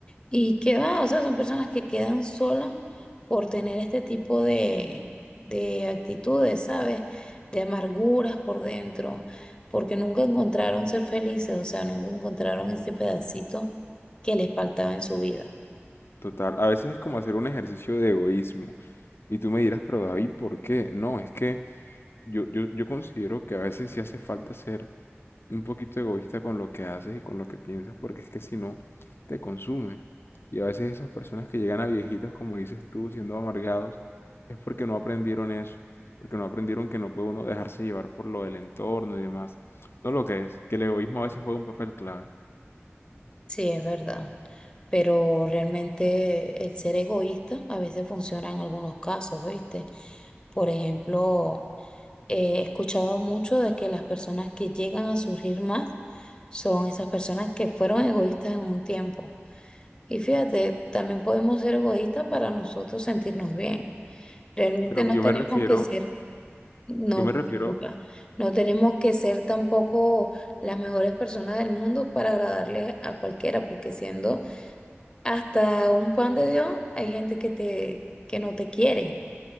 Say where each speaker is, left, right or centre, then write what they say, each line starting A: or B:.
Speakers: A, on the left; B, on the left.
A: y que va, o sea, son personas que quedan solas por tener este tipo de, de actitudes, ¿sabes? De amarguras por dentro, porque nunca encontraron ser felices, o sea, nunca encontraron ese pedacito que les faltaba en su vida.
B: Total. A veces es como hacer un ejercicio de egoísmo. Y tú me dirás, pero David, ¿por qué? No, es que yo, yo, yo considero que a veces sí hace falta ser un poquito egoísta con lo que haces y con lo que piensas, porque es que si no, te consume. Y a veces esas personas que llegan a viejitos, como dices tú, siendo amargados, es porque no aprendieron eso, porque no aprendieron que no puede uno dejarse llevar por lo del entorno y demás. ¿No lo crees? Que el egoísmo a veces juega un papel clave.
A: Sí, es verdad. pero realmente el ser egoísta a veces funciona en algunos casos, ¿oíste? Por ejemplo, eh, he escuchado mucho de que las personas que llegan a surgir más son esas personas que fueron egoístas en un tiempo. Y fíjate, también podemos ser egoístas para nosotros sentirnos bien. Realmente
B: Pero
A: no
B: yo
A: tenemos
B: me refiero,
A: que ser, no,
B: yo me refiero
A: disculpa, no tenemos que ser tampoco las mejores personas del mundo para agradarle a cualquiera, porque siendo hasta un pan de Dios hay gente que te que no te quiere.